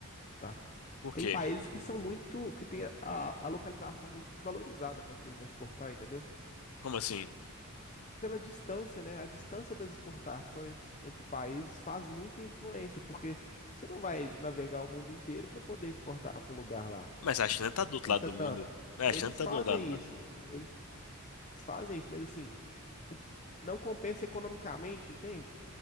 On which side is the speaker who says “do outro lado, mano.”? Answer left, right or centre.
Left